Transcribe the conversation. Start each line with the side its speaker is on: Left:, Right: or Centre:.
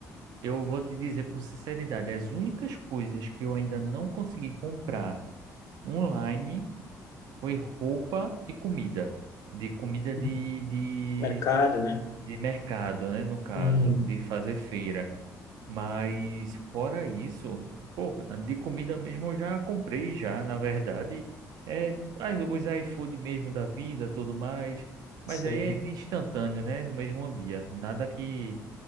Right: eu vou te dizer com sinceridade, as únicas coisas que eu ainda não consegui comprar online foi roupa e comida. De comida
Left: Uhum.
Right: de, de,
Left: Mercado, né?
Right: de mercado, né? No caso,
Left: Uhum.
Right: de fazer feira. Mas fora isso, pô, de comida mesmo eu já comprei já, na verdade, é, as- os iFood mesmo da vida, tudo mais, mas
Left: Sim.
Right: aí é de instantâneo, né, no mesmo dia, nada que